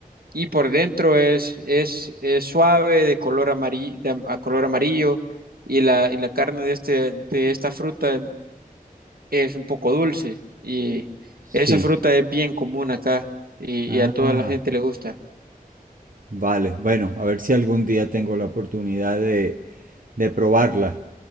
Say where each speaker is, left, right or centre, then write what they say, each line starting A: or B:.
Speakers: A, on the right; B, on the right.
A: y por dentro es, es, es suave, de color amarillo, a color amarillo, y la, y la carne de, este, de esta fruta es un poco dulce, y esa
B: Sí.
A: fruta es bien común acá, y, y
B: Ah,
A: a toda la gente le gusta.
B: vale. Bueno, a ver si algún día tengo la oportunidad de, de probarla.